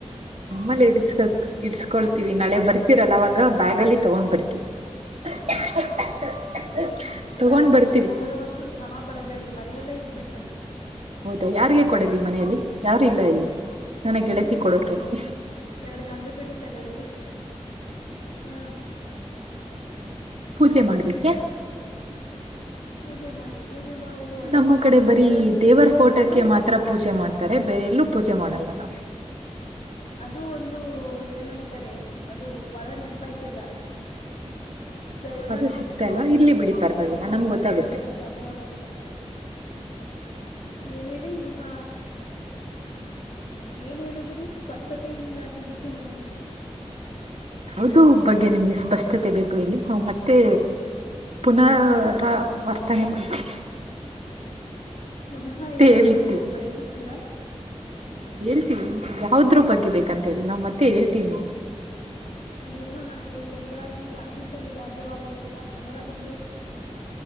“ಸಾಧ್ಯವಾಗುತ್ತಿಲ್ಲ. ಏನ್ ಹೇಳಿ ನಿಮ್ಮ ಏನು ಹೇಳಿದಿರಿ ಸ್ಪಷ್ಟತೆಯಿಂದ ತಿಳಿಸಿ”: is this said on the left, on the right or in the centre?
Left